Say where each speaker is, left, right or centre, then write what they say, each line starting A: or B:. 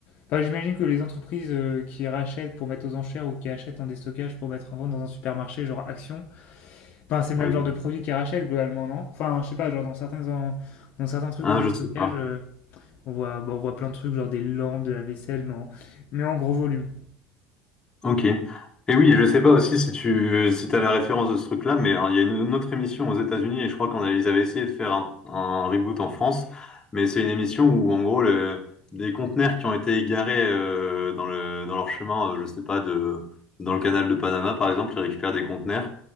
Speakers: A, on the left (about 55°); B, on the left (about 20°).
A: Enfin, j'imagine que les entreprises euh, qui rachètent pour mettre aux enchères ou qui achètent en déstockage pour mettre en vente dans un supermarché, genre Action, enfin, c'est le
B: ah
A: même
B: oui.
A: genre de produit qu'ils rachètent globalement, non? Enfin, je sais pas, genre dans certains, en- dans certains trucs
B: Ah,
A: de déstockage...
B: je sais pas.
A: euh, On voit, bon, on voit plein de trucs, genre des lampes, de la vaisselle, mais en, mais en gros volume.
B: Ok. Et oui, je sais pas aussi si tu si t'as la référence de ce truc-là, mais hein, il y a une, une autre émission aux États-Unis et je crois qu'on a- ils avaient essayé de faire un, un reboot en France, mais c'est une émission où en gros le, des conteneurs qui ont été égarés euh, dans le dans leur chemin, euh, je sais pas de dans le canal de Panama par exemple, ils récupèrent des conteneurs,